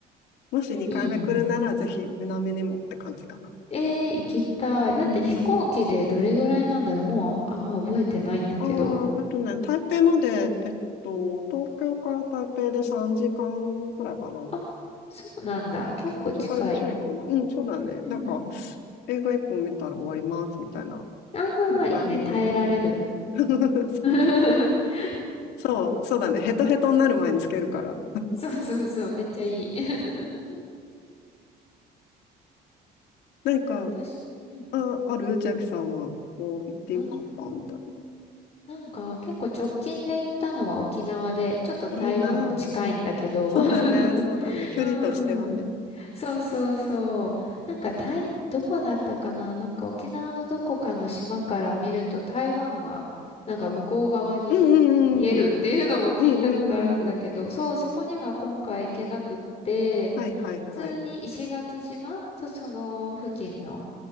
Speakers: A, on the left; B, on the left.
A: もし2回目来るなら、
B: いいね。
A: ぜひ南にもって感じかな。
B: ええ行きたい。だって飛行機でどれぐらいなんだろう。
A: うんうん
B: もうあんま覚えてないんだけど。
A: ああ、えっとね、台北まで、えっと、東京から台北で3時間くらいかな。
B: あ、そうなんだ。結構近い。
A: 3時間ちょいかな。うん、そうだね。
B: うんうん。
A: なんか、映画1本見たら終わります、みたいな。
B: ああ、
A: うんこれ、
B: いいね。
A: うん。
B: 耐えられる。
A: うんうんうん。<laughs> そうね
B: <laughs>
A: そう、そうだね。ヘトヘトになる前につけるから。
B: そうそうそう。めっちゃいい。<laughs>
A: 何か
B: 私、うん。
A: あ、ある千秋さんは、こう、行ってよかったみたいな。
B: うーん。なんか結構直近で行ったのは沖縄で、ちょっと台湾も近いんだけど。
A: いいなぁ。そうだね、
B: <laughs>
A: そうだね。距離としてはね。
B: うん。そうそうそう。なんか台、どこだったかななんか沖縄のどこかの島から見ると台湾がなんか向こう側に見えるっていうのも聞いたことあるんだけど、
A: うんうんうんうん。うんうんうん。
B: そう、そこには今回行けなくって、
A: はいはいはい。
B: 普通に石垣島とその付近の